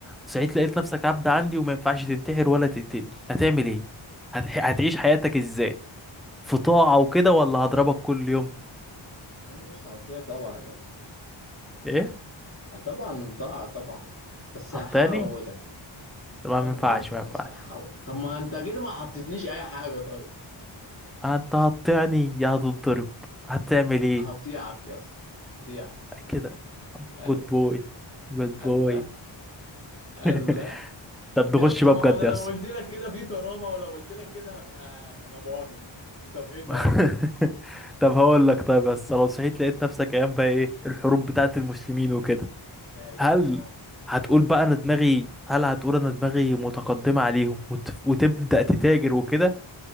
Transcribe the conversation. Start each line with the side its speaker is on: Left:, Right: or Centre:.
Centre: صحيت لقيت نفسك عبد عندي وما ينفعش تنتحر ولا تقتلني هتعمل ايه هتح... هتعيش حياتك ازاي في طاعه وكده ولا هضربك كل يوم
Left: لا مش هوصيه طبعا يعني
Centre: ايه
Left: طبعا طبعا طبعا بس
Centre: هتطعني
Left: هحاول اموتك
Centre: ما
Left: هحاول
Centre: ينفعش
Left: اموتك
Centre: ما ينفعش
Left: يا اسطى هحاول طب ما انت كده ما حطيتليش اي حاجه طيب
Centre: انت هتطعني يا هتتضرب هتعمل ايه
Left: هطيعك يا اسطى هطيع
Centre: كده
Left: ماشي
Centre: جود بوي جود بوي
Left: الله الله
Centre: <laughs> طب نخش
Left: يا اسطى
Centre: بقى
Left: ما
Centre: بجد
Left: هو انا لو
Centre: يا اسطى
Left: قلت لك كده في كرامه ولو قلت لك كده هبقى لا مؤاخذه طب ايه
Centre: <laughs>
Left: طيب
Centre: طب هقول لك طيب بس لو صحيت لقيت نفسك ايام بقى ايه الحروب بتاعت المسلمين وكده
Left: يا يا
Centre: هل
Left: اسطى
Centre: هتقول
Left: يا اسطى
Centre: بقى انا دماغي هل هتقول انا دماغي متقدمة عليهم وت... وتبدأ تتاجر وكده